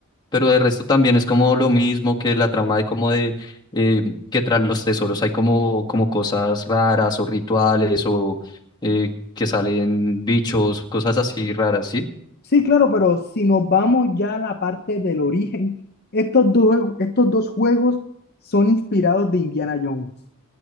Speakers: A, on the left; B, on the left.
A: pero de resto también es como lo mismo que la trama de como de eh, que tras los tesoros hay como, como cosas raras o rituales o eh, que salen bichos, cosas así raras, ¿sí?
B: Sí, claro, pero si nos vamos ya a la parte del origen, estos dos, estos dos juegos son inspirados de Indiana Jones,